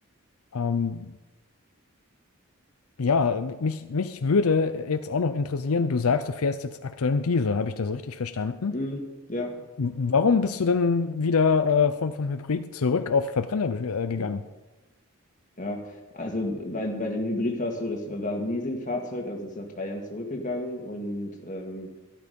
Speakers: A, on the left; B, on the left.
A: Ähm, ja, mich, mich würde jetzt auch noch interessieren, du sagst, du fährst jetzt aktuell einen Diesel. Habe ich das richtig verstanden?
B: mm, ja,
A: Warum bist du denn wieder äh, vom, vom Hybrid zurück auf Verbrenner ge- äh, gegangen?
B: mm, ja. Also bei, bei dem Hybrid war es so, das war war ein Leasingfahrzeug, also ist nach drei Jahren zurückgegangen und ähm,